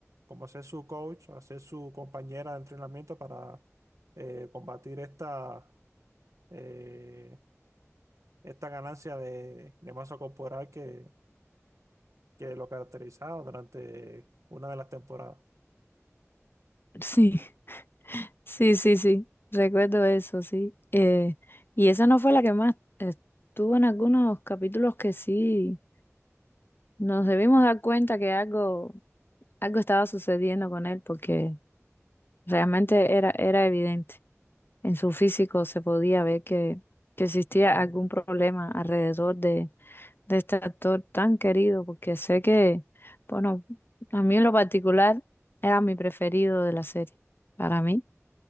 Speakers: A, on the right; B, on the left.
A: como ser su coach, a ser su compañera de entrenamiento para eh, combatir esta... eh, esta ganancia de, de masa corporal que, que lo caracterizaba durante una de las temporadas.
B: <laughs> Sí, sí, sí, sí, recuerdo eso, sí. Eh, y esa no fue la que más eh, estuvo en algunos capítulos que sí. Nos debimos dar cuenta que algo, algo estaba sucediendo con él porque realmente era, era evidente. En su físico se podía ver que, que existía algún problema alrededor de, de este actor tan querido, porque sé que, bueno, a mí en lo particular era mi preferido de la serie. Para mí,